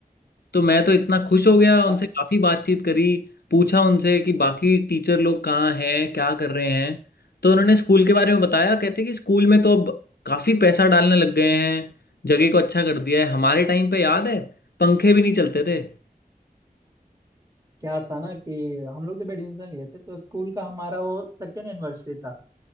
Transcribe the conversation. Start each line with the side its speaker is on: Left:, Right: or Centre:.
Left: तो मैं तो इतना खुश हो गया उनसे
Right: कहाँ-
Left: काफ़ी बातचीत करी पूछा उनसे कि बाकी टीचर लोग कहाँ हैं क्या कर रहे हैं तो उन्होंने स्कूल के बारे में बताया कहते कि स्कूल में तो अब काफ़ी पैसा डालने लग गए हैं जगह को अच्छा कर दिया है हमारे टाइम पे याद है पंखे भी नहीं चलते थे
Right: क्या था ना कि हम लोग जब एडमिशन लिए थे तो स्कूल का हमारा वो सेकेंड एनिवर्सरी था